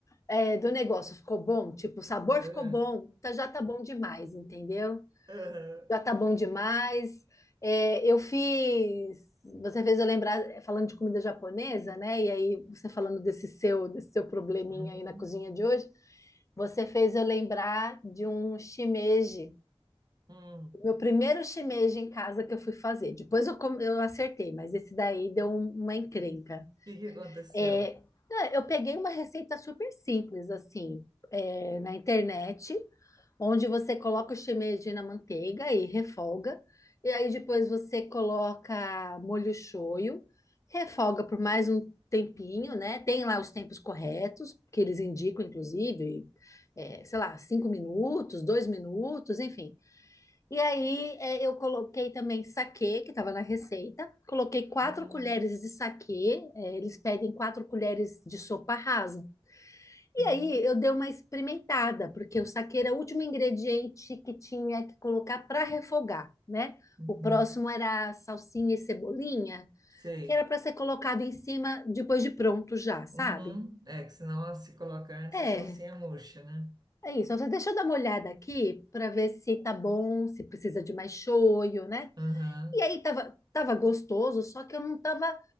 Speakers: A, on the left; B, on the right.
A: é, do negócio ficou bom, tipo, o sabor
B: É.
A: ficou bom, tá, já tá bom demais, entendeu?
B: Aham.
A: já tá bom demais. É, eu fiz. Você fez eu lembrar, falando de comida japonesa, né? E aí, você falando desse seu, desse seu probleminha
B: Uhum.
A: aí na cozinha de hoje, você fez eu lembrar de um shimeji.
B: Hum. O O
A: O Meu primeiro shimeji em casa que eu fui fazer. Depois eu, com- eu acertei, mas esse daí deu um- uma encrenca.
B: que que aconteceu?
A: É, não, eu peguei uma receita super simples, assim, é, na internet onde você coloca o shimeji na manteiga e refoga, e aí depois você coloca molho shoyu, refoga por mais um tempinho, né? Tem lá os tempos corretos, que eles indicam, inclusive, é, sei lá, cinco minutos, dois minutos, enfim. E aí é, eu coloquei também saquê, que estava na receita, coloquei quatro
B: Uhum,
A: colheres de saquê, é, eles pedem quatro colheres de sopa rasa, e
B: uhum,
A: aí eu dei uma experimentada, porque o saquê era o último ingrediente que tinha que colocar para refogar, né?
B: uhum.
A: O próximo era a salsinha e cebolinha,
B: Sei.
A: que era para ser colocado em cima depois de pronto já, sabe?
B: Uhum. É que senão ela se coloca antes
A: É,
B: a salsinha murcha, né?
A: é isso. Deixa eu dar uma olhada aqui para ver se tá bom, se precisa de mais shoyu, né?
B: Aham.
A: E aí tava, tava gostoso, só que eu não tava